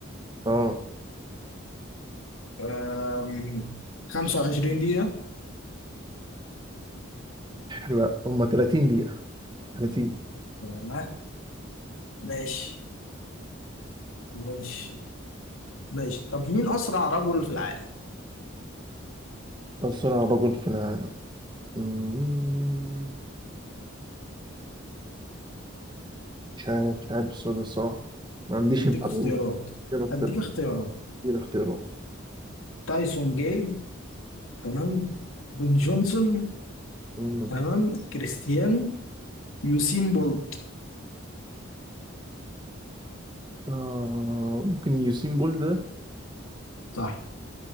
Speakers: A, on the right; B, on the left.
A: اه
B: أم، 25 دقيقة
A: لا هم 30 دقيقة 30
B: آه، ماشي ماشي ماشي طب مين أسرع رجل في العالم؟
A: أسرع رجل في العالم مم. مش عارف مش عارف السؤال ده الصراحة ما عنديش
B: أديك
A: المعلومة
B: اختيارات
A: يلا اختار
B: أديك اختيارات
A: ادينا اختيارات
B: تايسون جاي تمام بن جونسون
A: مم.
B: تمام كريستيانو يوسين بولت
A: آه ممكن يوسين بول ده
B: صح